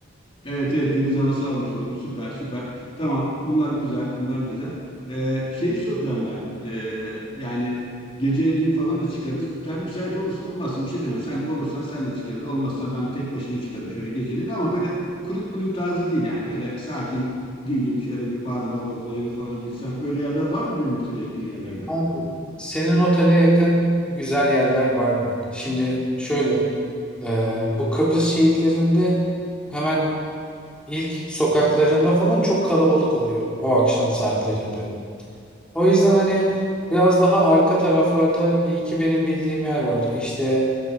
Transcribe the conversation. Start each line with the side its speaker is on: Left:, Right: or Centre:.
Left: Evet evet deniz havası almış olurum. Süper süper. Tamam bunlar güzel bunlar güzel. Ee, şeyi soracağım ben. Ee, yani geceliği falan da çıkarız. Sen müsait olursun olmazsın bir şey demem. Sen olursan sen de çıkarız. Olmazsa ben tek başıma çıkarım şöyle geceliği. Ama böyle kulüp bunüp tarzı değil yani. Böyle sakin dingin şöyle bir bar mar olayına falan girsem. Öyle yerler var mı benim otele yakın yerlerde?
Centre: Abi senin otele yakın güzel yerler var bak. Şimdi şöyle e, bu Kıbrıs şehitlerinde hemen ilk sokaklarında falan çok kalabalık oluyor o akşam saatlerinde. O yüzden hani biraz daha arka taraflarda bir iki benim bildiğim yer var. İşte